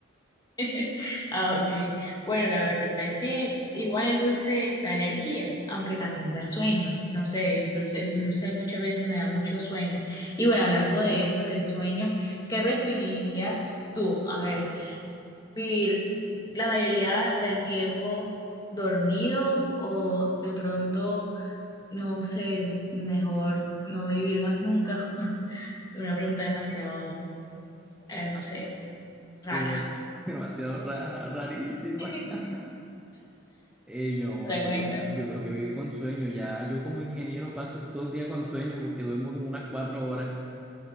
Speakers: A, on the left (about 20°); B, in the centre.
A: <laughs> Ah, ok. Bueno, la verdad es que igual el dulce da energía, aunque también da sueño. No sé, el dulce, el dulce muchas veces me da mucho sueño. Y bueno, hablando de eso, del sueño, ¿qué preferirías tú? A ver, vivir la mayoría del tiempo dormido o de pronto, no sé, mejor no vivir más nunca. <laughs> Una pregunta demasiado, eh, no sé, rara.
B: Demas- demasiado rara, rarísima.
A: <laughs>
B: <laughs> Eh, yo
A: Pero
B: no,
A: cuéntame.
B: yo, yo creo que viví con sueño. Ya yo como ingeniero paso todo el día con sueño porque duermo como unas cuatro horas.